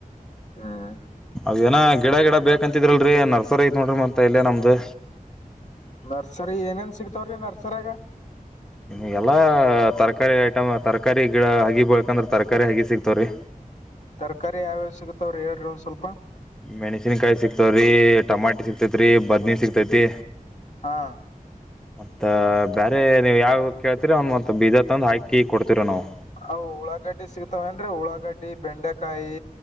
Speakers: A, on the left (about 50°); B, in the centre.
A: ಹ್ಮ ಹ್ಮು.
B: ಅವ ಏನ ಗಿಡ ಗಿಡ ಬೇಕಂತಿದ್ರಲ್ರಿ ನರ್ಸರಿ ಐತ್ ನೋಡ್ರಿ ಮಂತ ಇಲ್ಲೇ ನಮ್ದು.
A: ನರ್ಸರಿ ಏನೇನ್ ಸಿಗ್ತಾವ್ರೀ ನರ್ಸರಿ. ನರ್ಸರಿ ಯಾಗ.
B: ನಿ ಎಲ್ಲಾ ತರಕಾರಿ ಐಟಮ್ ತರಕಾರಿ ಗಿಡ ಹಗಿ ಬಳ್ಕಂದ್ರ ತರಕಾರಿ ಹಗಿ ಸಿಕ್ತವ್ರಿ.
A: ತರಕಾರಿ ಯಾವ್ಯಾವ ಸಿಗತಾವ್ರಿ ಹೇಳ್ರಿ ಒಂದ್ ಸ್ವಲ್ಪ.
B: ಮೆಣಸಿನ್ಕಾಯಿ ಸಿಕ್ತವ್ರಿ ಟಮಾಟಿ ಸಿಕ್ತೇತ್ರಿ ಬದ್ನಿ ಸಿಕ್ತೇತಿ
A: ಹಾ
B: ಮತ್ತ ಬ್ಯಾರೆ ನೀವ್ ಯಾವ ಕೇಳ್ತಿರ ಅವನ್ ಮತ್ತ ಬೀಜ ತಂದ ಹಾಕಿ ಕೊಡ್ತಿರ ನಾವು
A: ಅವು ಉಳ್ಳಾಗಡ್ಡಿ ಸಿಗ್ತಾವೇನ್ರಿ ಉಳ್ಳಾಗಡ್ಡಿ ಬೆಂಡೆಕಾಯಿ